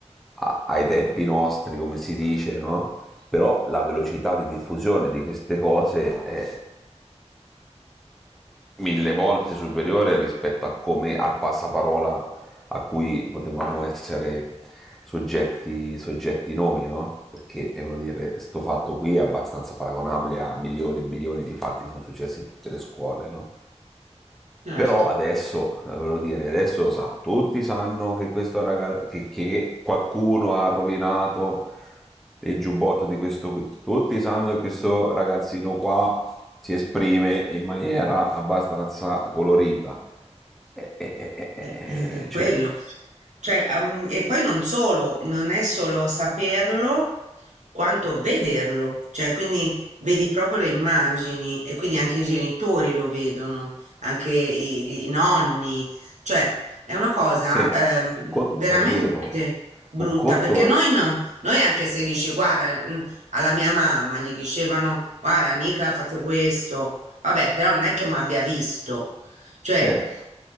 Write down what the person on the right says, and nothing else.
certo.
Eh, mm, quello.
Cioè, am- e poi non solo, non è solo saperlo, quanto vederlo. Cioè, quindi vedi proprio le immagini e quindi anche i genitori lo vedono, anche i, gli- i nonni. Cioè, è una cosa
ehm,
veramente
brutta
perché noi, no- noi anche se dici, guarda, mm, alla mia mamma gli dicevano, guarda, Nicla ha fatto questo, vabbè, però non è che mi abbia visto. Cioè,